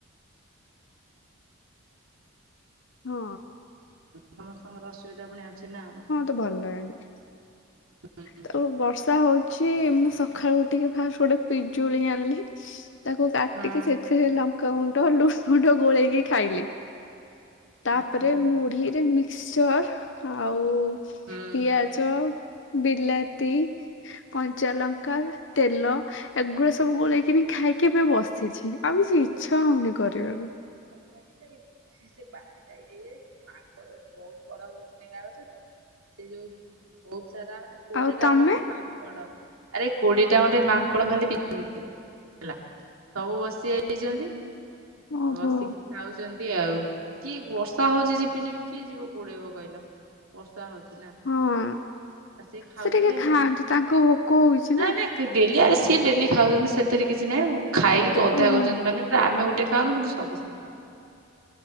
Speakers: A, on the left; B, on the right.
A: ହଁ।
B: ସମସ୍ତଙ୍କର ଅସୁବିଧା ପୁଣି ଅଛି ନା ଆଉ।
A: ତ ଭଲ ଲାଗେନି।
B: ହୁଁ
A: ତ ବର୍ଷା ହଉଚି, ମୁଁ ସକାଳୁ ଉଠିକି ଫାଷ୍ଟ ଗୋଟେ ପିଜୁଳି ଆଣିଲି। ତାକୁ କାଟିକି
B: ହଁ
A: ସେଥିରେ ଲଙ୍କାଗୁଣ୍ଡ, ଲୁଣ ଗୁଣ୍ଡ ଗୋଳେଇକି ଖାଇଲି। ତାପରେ
B: ହଁ
A: ମୁଢିରେ ମିକ୍ସଚର ଆଉ
B: ହୁଁ।
A: ପିଆଜ ଚ ବିଲାତି କଞ୍ଚାଲଙ୍କା ତେଲ ଏଗୁଡା ସବୁ ଗୋଳେଇକିନି ଖାଇକି ଏବେ ବସିଛି ଆଉ କିଛି ଇଚ୍ଛା ହଉନି କରିବାକୁ।
B: ଆଉ କଣ ଆଜି ଲେଇବୁ। ସେ ବାଡ଼ିିଟା ଇଏ ହେଇଯାଇଚି ମାଙ୍କଡ ବହୁତ ବଡ ଗଛ ଡେଙ୍ଗା ଗଛ ତ। ସେ ଯୋଉ ବହୁତ ସାରା ମାନେ କୋଡିଏଟା
A: ଆଉ ତମେ?
B: ଖଣ୍ଡେ ମାଙ୍କଡ ଆରେ କୋଡିଏଟା ଖଣ୍ଡେ ମାଙ୍କଡ ଖାଲି <unintelligible> ହେଲା ସବୁ ବସିଯାଇଛନ୍ତି।
A: ଓହୋ।
B: ବସିକି ଖାଉଛନ୍ତି ଆଉ କିଏ ବର୍ଷା ହଉଛି ଝିପିଝିପି କିଏ ଯିବ ଗୋଡେଇବ କହିଲ। ବର୍ଷା ହଉଛି ନା।
A: ହଁ
B: ଆସିକି ଖାଉଥିଲେ
A: ସେ ଟିକେ ଖାଆନ୍ତୁ
B: ଆଉ
A: ତାଙ୍କୁ ଭୋକ ହଉଛି
B: ନା ନା କେ ଡେଲି ଆରେ ସିଏ ଡେଲି ଖାଉଛନ୍ତି ସେଥିରେ କିଛି ନାହିଁ। ଖାଇକି ଗଧା
A: ଓହୋ।
B: କରୁଛନ୍ତି ମାନେ ଆମେ ଗୋଟେ ଖାଉନୁ କିନ୍ତୁ ସବୁ ସେ ଖାଉଚ